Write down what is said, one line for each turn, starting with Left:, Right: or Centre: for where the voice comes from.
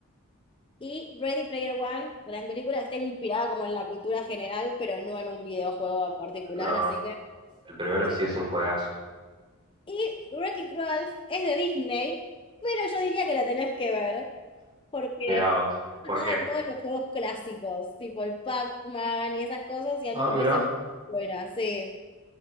Left: Y Ready Player One, gran película, está inspirada como en la cultura general, pero no en un videojuego particular,
Right: no,
Left: así que
Right: el primero
Left: sí.
Right: sí es un juegazo.
Left: Y Wreck-It Ralph es de Disney, pero yo diría que la tenés que ver, porque
Right: Mirá vos. ¿Por
Left: está
Right: qué?
Left: en todos los juegos clásicos, tipo el Pac-Man y esas cosas, y a
Right: Ah,
Left: mí me
Right: mirá.
Left: parecen buenas, sí.